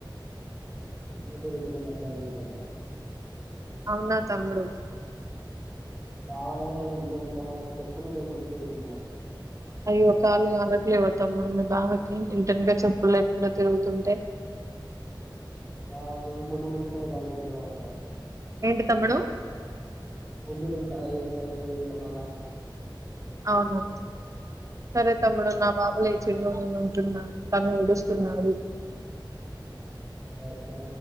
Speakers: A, in the centre; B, on the right.
A: నతే పల మత్తం ఏం కూడా ఉ
B: అవునా తము డుూ
A: నా భావనే ఇంట వెనుక చెప్పులు లేకుండా తిరుగుతున్నాడు
B: అవి ఒకకాళ్ళ అనట్లే పోతాము మ మీ బావకి ఇంటనికా చెప్పులు లేకుండా తిరుగుతుంటే
A: బాగాకు ములుగుచ్చుకునే బాగా తెలివాల అక్క
B: ఏంటి తమ్ముడు
A: బుల్లులు ఉంటాయి వెనక ఇంటి వెనుక మాల
B: అవునా సరే తమ్ముడు నా బాబులే చిన్న ఉంటున్నా తను ఏడుస్తున్నాడు
A: హు సరే అక్కా